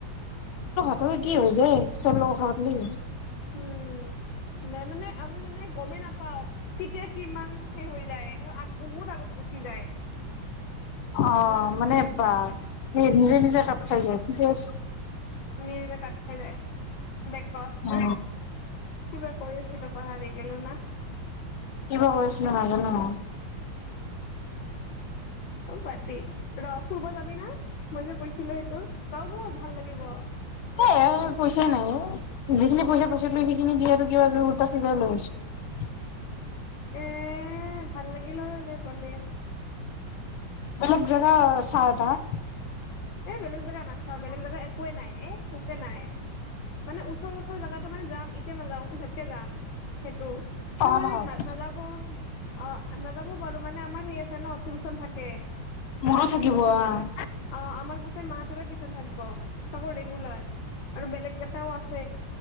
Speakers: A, on the left; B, on the left.
A: অঐ কি হ যে ত লগ সলি
B: উম <unintelligible> আমি মানে গমেই নাপাও কেতিয়া কিমান হৈ যায় ধৰ আ বহুত আগত গুচি যায় ।
A: অ মানে বা স নিজে নিজে খাপ খাই যায় গছ
B: নিজে নিজে কাট খাই যায় । <unintelligible>
A: অ
B: কিবা কৈ আছিলো পাহাৰী। গেলো না
A: কিবা কৰিছিল নাজানো আৰু
B: <unintelligible> বাদ দি, ৰ' ফুৰিব যাবি না? মই যে কৈছিলো সেইটো, যাওঁ ব'ল ভাল লাগিব।
A: এ পইচাই নাই এ। যিখিনি পইচা-পইচা লৈ সেইখিনি দি আৰু কিবা কিবি উল্টা চিধা লৈ আছোঁ ।
B: এএ ভাল লাগিল হয় <unintelligible> গ'লে!
A: বেলেগ জেগা চাই থাক।
B: এ বেলেগ জেগা না <unintelligible> বেলেগ জাগা একোৱে নাই, এ নাই, মানে ওচৰ ওচৰৰ জাগাতো মানে যাম এতিয়া নাযাওঁ, পিছতকে যাম সেইটো কিন্তু
A: অহা
B: মানে
A: মাহত
B: <unintelligible> অ', আ নাযাবওঁ পাৰ মানে আমাৰ‌ সেই আছে ন' টিউচন থাকে।
A: মোৰো থাকিব অ অ
B: অ' আমাৰ <unintelligible> থাকিব। তাকো ৰেগুলাৰ, আৰু বেলেগ গেটাও আছে।